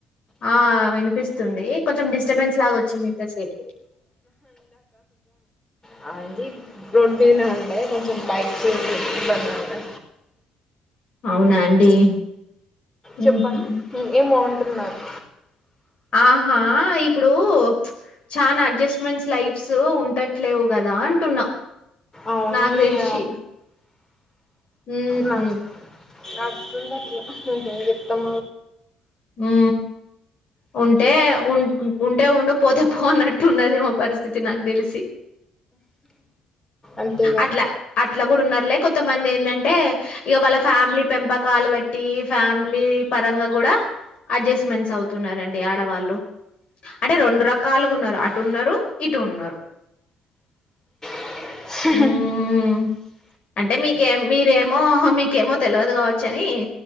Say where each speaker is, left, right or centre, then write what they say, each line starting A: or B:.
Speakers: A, on the left (about 55°); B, on the left (about 20°).
A: ఆ వినిపిస్తుంది కొంచెం డిస్టర్బెన్స్ లాగా వచ్చిందింతసేపు
B: హాయ్ అండి రోడ్ మీదనే ఉండే కొంచెం బైక్ బండి ఆపిన
A: అవునా అండి <unintelligible>
B: చెప్పండి ఏమో అంటున్నారు
A: ఆ హా ఇప్ ఇప్పుడు చానా అడ్జస్ట్మెంట్స్ లైఫ్స్ ఉండట్లేవు కదా అంటున్నా
B: అవును
A: నాకు
B: ఇయ
A: తెలిసి హ్మ్
B: నా <unintelligible> చేప్తమ
A: ఉ ఉంటే ఉ ఉంటే ఉండు పోతే పో అన్ ట్టు ఉన్నదేమో పరిస్థితి నాకు తెలిసి
B: అంతేగా
A: అట్లా అట్లా కూడా ఉన్నరులే కొంతమంది ఏందంటే ఇక వాళ్ళ ఫ్యామిలీ పెంపకాలు బట్టి ఫ్యామిలీ పరంగ గూడ అడ్జస్ట్మెంట్స్ అవుతున్నారండి ఆడవాళ్ళు అంటే రెండు రక కాలుగా ఉన్నరు అటు ఉన్నరు ఇటు ఉన్నరు
B: ఆ
A: హ్మ్. అంటే మీకేం మీరేమో మీకేమో తెలవదు కావచ్చు అని